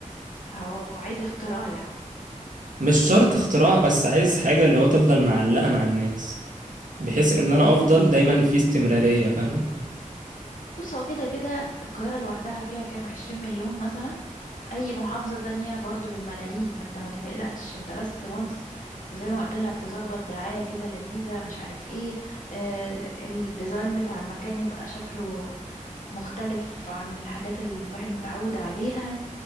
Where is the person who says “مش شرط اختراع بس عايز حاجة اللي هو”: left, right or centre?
Right